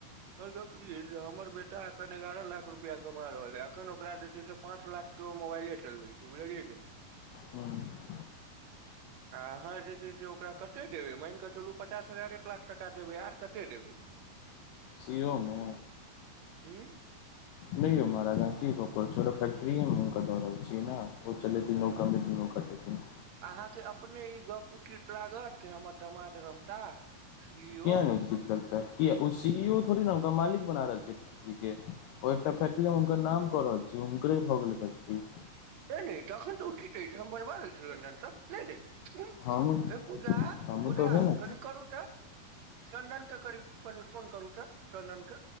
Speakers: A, on the right (about 85°); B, on the left (about 75°).
A: हमर गप ई जे हमर बेटा एखन एगारह लाख रुपआ कमा रहल है अखन ओकरा जे छै से पाँच लाख। केओ मोबाइले चलबै छै बुझलियै जे।
B: हूँ।
A: आहाँ जे छै से ओ- ओकरा कते देबै मैन कऽ चलू पचास हजार एक लाख टका देबै आर कते देबै।
B: सीओमे।
A: हूँ।
B: नै यौ महाराज की गप कऽ रहल छी पूरा फैक्ट्री हम हुनका दऽ रहल छी न ओ चलेथिन <unintelligible> पठथिन
A: आहाँके अपने ई गप उचित लागत कि हमर दमाद रहता। सी ई
B: किया
A: ओ
B: नै उचित लगतै किया ओ सी ई ओ थोड़े ने हुनका मालिक बना रहल छियै फैक्ट्री के। ओय एकटा फैक्ट्रीये
A: नै
B: हुनकर नाम कऽ रहल छी हुनकरे भऽ गेलै फैक्ट्री।
A: नैय- नैय तखन तऽ उचित अइछ हम बजबा लै <unintelligible> नैय- नैय। हूँ
B: हम
A: ए पूजा
B: हमहूँ
A: पूजा
B: तऽ ओहे ने
A: कनि करू तऽ। चन्दन के करीब कनि फोन करू तऽ चन्दन के।